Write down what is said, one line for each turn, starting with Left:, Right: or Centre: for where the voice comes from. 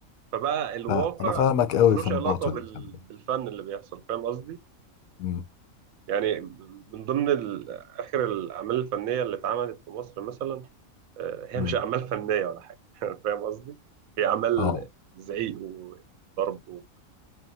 Right: فبقى الواقع
Left: فا- انا فاهمك قوي
Right: ملوش
Left: في النقطه
Right: علاقه بال...
Left: دي خلي بالك.
Right: بالفن اللي بيحصل فاهم قصدي
Left: مم.
Right: يعني من ضمن ال... اخر الاعمال الفنيه اللي اتعملت في مصر مثلا آه، هي
Left: مم.
Right: مش اعمال فنيه ولا حاجه <laughs> فاهم قصدي هي اعمال
Left: اه
Right: زعيق وضرب وكده